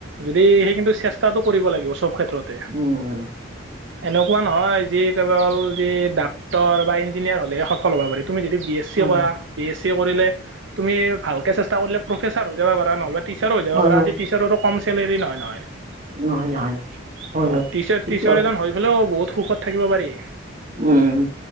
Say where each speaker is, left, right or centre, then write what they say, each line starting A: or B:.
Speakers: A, on the right; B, on the right.
A: যদি সেই কিন্তু চেষ্টাটো কৰিব লাগিব চব ক্ষেত্ৰতে।
B: উম,
A: এনেকুৱা নহয় যি কেৱল যি ডাক্তৰ বা ইঞ্জিনিয়াৰ হ'লেহে সফল হ'বা পাৰি, তুমি যদি বি এছ ছি
B: হয়,
A: কৰা,
B: হয়,
A: বি এছ ছি কৰিলে, তুমি ভালকে চেষ্টা কৰিলে প্ৰফেছাৰ হৈ যাবা পাৰা। নহ'লে টিচাৰো হৈ যাবা
B: হয়,
A: পাৰা,
B: হয়।
A: আজি টিচাৰৰো কম চেল্লেৰী নহয় নহয়। অ',
B: নহয় নহয় নহয় হয় হয়
A: টিচ
B: সেইটো
A: টিচাৰ
B: হয়
A: এজন হৈ পেলেও বহুত সুখত থাকিব পাৰি।
B: উম।